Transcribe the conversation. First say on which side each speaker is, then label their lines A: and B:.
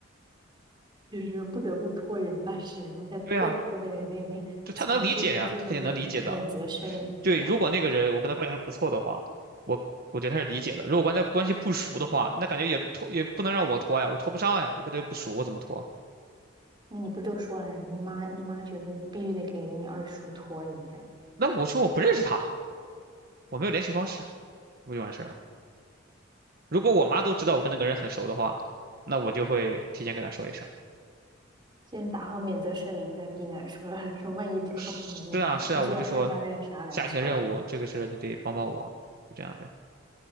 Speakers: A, on the right; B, on the right.
A: 就是说不得不托人办事，然后在被托的人那边强制先做个免免责声明，
B: 对啊，就他能理解呀，他肯定能理解的。对，
A: 是吧？
B: 如果那个人我跟他关系还不错的话，我我觉得他是理解的。如果关系关系不熟的话，那感觉也拖也不能让我拖呀，我拖不上呀，我跟他又不熟，我怎么拖？
A: 那你不都说了，你妈你妈觉得必须得给你二叔托一下，
B: 那我说我不认识他，我没有联系方式，不就完事儿了？如果我妈都知道我跟那个人很熟的话，那我就会提前跟他说一声。
A: 先打好免责声明再逼难，说 <laughs> 说万一不靠谱，
B: 是啊，
A: 你你就按按照那个啥来，
B: 是啊，我就说家庭任务，
A: 是吧？
B: 这个事儿你得帮帮我，就这样呗。